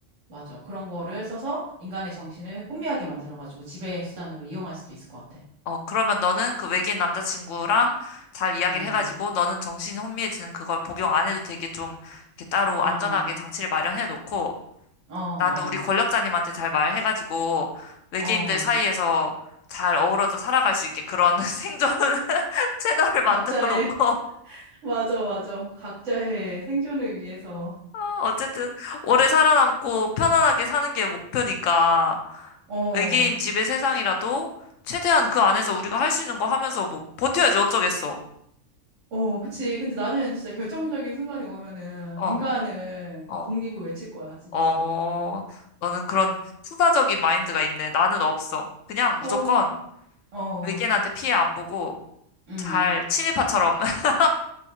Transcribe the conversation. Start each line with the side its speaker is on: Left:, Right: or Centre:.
Right: 맞아. 그런 거를 써서 인간의 정신을 혼미하게 만들어가지고 지배 수단으로 이용할 수도 있을 것 같아.
Left: 어, 그러면 너는 그 외계인 남자친구랑 잘 이야기를
Right: 어,
Left: 해가지고 너는 정신이 혼미해지는 그걸 복용 안 해도 되게 좀 이렇게 따로
Right: 어,
Left: 안전하게 장치를 마련해 놓고
Right: 어, 어,
Left: 나는 우리 권력자님한테 잘 말해가지고 외계인들
Right: 어.
Left: 사이에서 잘 어우러져 살아갈 수 있게 그런 <laughs> 생존 <laughs> 채널을 만들어
Right: 각자의,
Left: 놓고
Right: <laughs> 맞아, 맞아. 각자의 생존을 위해서.
Left: 어, 어쨌든 오래 살아남고 편안하게 사는 게 목표니까
Right: 어,
Left: 외계인 지배 세상이라도 최대한 그 안에서 우리가 할 수 있는 거 하면서 뭐 버텨야지 어쩌겠어.
Right: 어, 그치. 근데 나는 진짜 결정적인 순간이 오면은
Left: 어,
Right: 인간을
Left: 어.
Right: 독립을 외칠 거야, 진짜.
Left: 어, 너는 그런 투사적인 마인드가 있네. 나는 없어. 그냥 무조건
Right: 어, 어,
Left: 외계인한테 피해 안 보고
Right: 음.
Left: 잘 친일파처럼. <laughs>